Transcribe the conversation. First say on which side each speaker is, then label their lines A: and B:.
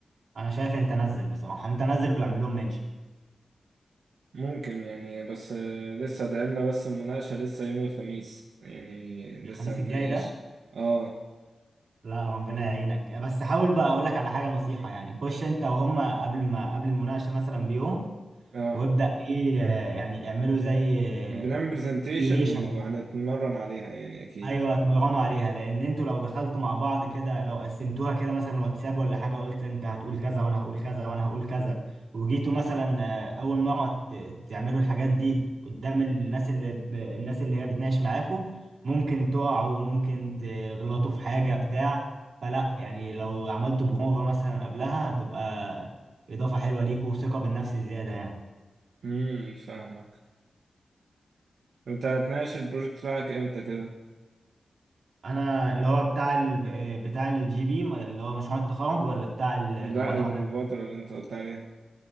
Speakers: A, on the right; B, on the right.
A: انا شايف انت نزل بصراحة انت نزل واعمل لهم منشن
B: ممكن يعني بس آه، لسه ده لنا بس المناقشة لسه يوم الخميس يعني
A: الخميس
B: لسه هنناقش
A: الجاي ده
B: اه
A: لا ربنا يعينك بس حاول بقى اقول لك على حاجة نصيحة يعني خش انت وهم قبل ما قبل المناقشة مثلا بيوم
B: اه
A: وابدأ ايه آه، يعني اعملوا زي
B: بنعمل برزنتيشن
A: سيميوليشن
B: وهنتمرن عليها يعني اكيد
A: ايوه اتمرنوا عليها لان انتوا لو دخلتوا مع بعض كده لو قسمتوها كده مثلا واتساب ولا حاجه قلت انت هتقول كذا وانا هقول كذا وانا هقول كذا وجيتوا مثلا آه، اول مره ت- تعملوا الحاجات دي قدام الناس اللي ب... الناس اللي هي بتناقش معاكوا ممكن تقعوا ممكن تغلطوا في حاجه بتاع فلا يعني لو عملتوا بروفا مثلا قبلها هتبقى اضافه حلوه ليكوا وثقه بالنفس زياده يعني
B: امم فاهمك انت هتناقش البروجكت بتاعك امتى كده
A: انا اللي هو بتاع ال... بتاع الجي بي اللي هو مشروع التخرج ولا بتاع المبادره
B: لا المبادرة اللي انت قلت عليها